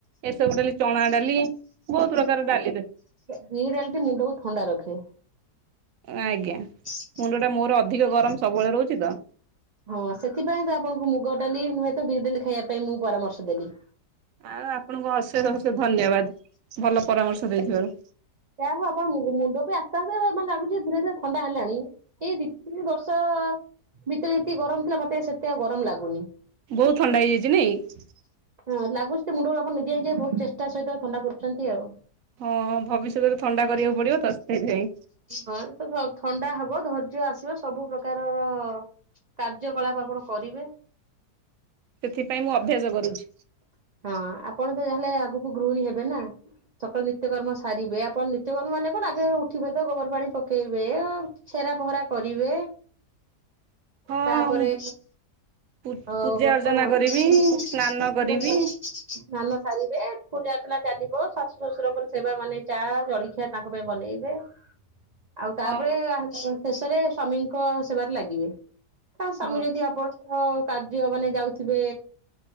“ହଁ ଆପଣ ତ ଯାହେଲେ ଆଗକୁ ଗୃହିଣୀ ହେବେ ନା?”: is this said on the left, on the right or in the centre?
Right